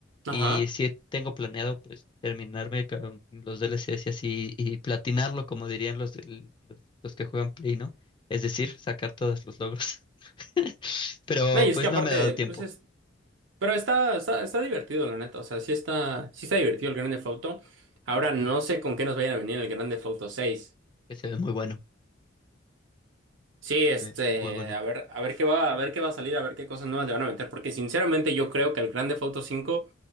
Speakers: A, on the left; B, on the right.
A: Y
B: Ajá.
A: si tengo planeado, pues, terminarme con los DLCs y así, y platinarlo, como dirían los, del- los, los que juegan Play, ¿no? Es decir, sacar todos los logros. <laughs> Pero
B: No, y es
A: pues
B: que aparte,
A: no me ha dado tiempo,
B: pues es Pero está, está, está divertido, la neta. O sea, sí está, sí está divertido el Grand Theft Auto. Ahora no sé con qué nos vayan a venir en el Grand Theft Auto 6.
A: que se ve muy bueno.
B: Sí, este,
A: Se ve muy bueno.
B: a ver, a ver qué va, a ver qué va a salir, a ver qué cosas nuevas le van a meter. Porque sinceramente yo creo que el Grand Theft Auto 5